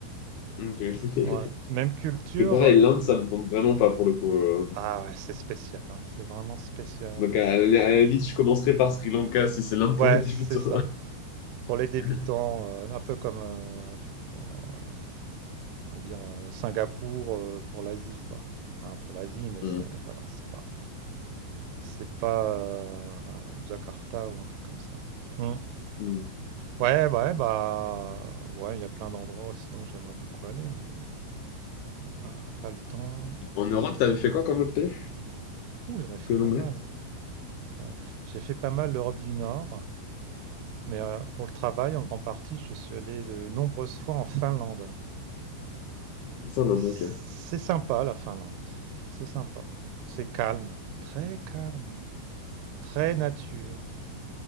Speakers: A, on the left (about 80°); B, on the right (about 85°).
A: Ok. <laughs> Parce
B: Ouais, c'est même culture,
A: que pareil,
B: euh,
A: l'Inde, ça me tente vraiment pas pour le coup. euh.
B: ah ouais, c'est spécial, hein, c'est vraiment spécial,
A: Donc à, la à la limite, je commencerai par Sri Lanka si c'est l'Inde
B: ouais,
A: pour les débutants.
B: c'est ça. Pour les débutants,
A: <laughs>
B: heu, un peu comme, heu, je sais pas quoi, on va dire euh, Singapour euh, pour l'Asie, quoi. Enfin, un peu l'Asie, mais
A: Hmm.
B: c'est, ça va, c'est pas, c'est pas euh, Jakarta ou un truc comme ça. Hmm.
A: Hmm.
B: Ouais, bah, ouais, bah, ouais, il y a plein d'endroits sinon que j'aimerais beaucoup aller, mais euh, pas, pas le temps.
A: En Europe, t'avais fait quoi comme autre pays
B: Ouh, j'en ai fait
A: que
B: pas
A: l'Hongrie?
B: mal. hein. Euh, j'ai fait pas mal l'Europe du Nord, mais euh, pour le travail, en grande partie, je suis allé de nombreuses fois en Finlande.
A: Ça, l'Inde,
B: C'est
A: ok.
B: sympa la Finlande, c'est sympa. C'est calme, très calme. Très nature,